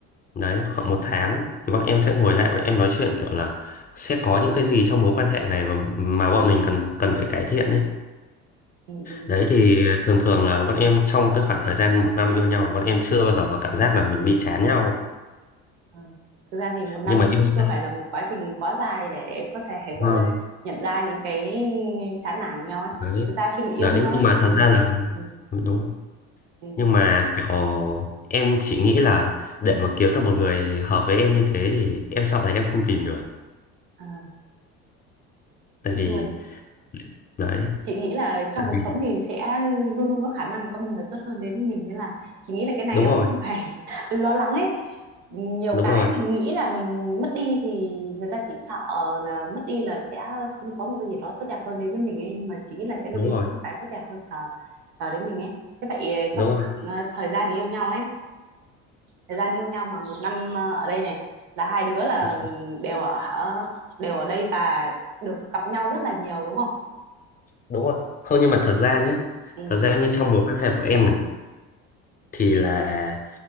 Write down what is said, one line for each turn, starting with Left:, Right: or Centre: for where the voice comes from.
Left: Đấy, khoảng một tháng thì bọn em sẽ ngồi lại bọn em nói chuyện kiểu là sẽ có những cái gì trong mối quan hệ này và mà bọn mình cần cần phải cải thiện ấy.
Right: ừ. ừ.
Left: Đấy thì thường thường là bọn em trong cái khoảng thời gian một năm yêu nhau bọn em chưa bao giờ có cảm giác là mình bị chán nhau
Right: Ừ. Thực ra thì một năm
Left: nhưng mà yêu
Right: cũng
Left: sai
Right: chưa phải là một quá trình quá dài để có thể <laughs> gọi
Left: vâng
Right: là nhận ra những cái chán nản của nhau ấy.
Left: đấy
Right: Thực ra khi mà yêu
Left: đấy
Right: nhau
Left: nhưng
Right: ấy
Left: mà thật
Right: thì
Left: ra là
Right: ừ,
Left: đúng rồi.
Right: ừ,
Left: nhưng mà kiểu em chỉ nghĩ là để mà kiếm được một người hợp với em như thế thì em sợ là em không tìm được
Right: à,
Left: tại
Right: nhưng
Left: vì đấy
Right: chị nghĩ là trong
Left: tại
Right: cuộc
Left: vì
Right: sống thì sẽ luôn luôn có khả năng là có một người tốt hơn đến với mình nên là chị nghĩ là cái này
Left: đúng
Right: em
Left: rồi
Right: không phải <laughs> lo lắng ấy nhiều
Left: đúng
Right: cái
Left: rồi
Right: mình nghĩ là mình mất đi thì người ta chỉ sợ là mất đi là sẽ không có một cái gì đó tốt đẹp hơn đến với mình ấy nhưng mà chị nghĩ là sẽ luôn
Left: đúng
Right: luôn
Left: rồi
Right: có một cái tốt đẹp hơn chờ chờ đến mình ấy thế vậy ờ,
Left: đúng
Right: trong khoảng,
Left: rồi
Right: ờ, thời gian yêu nhau ấy thời gian yêu nhau mà một năm ờ, ở đây này là hai đứa là
Left: Ừ,
Right: đều ở đều ở đây và được gặp nhau rất là nhiều đúng không
Left: đúng rồi không nhưng mà
Right: ừ,
Left: thật ra nhé
Right: ừ.
Left: thật ra như trong mối quan hệ của em này thì là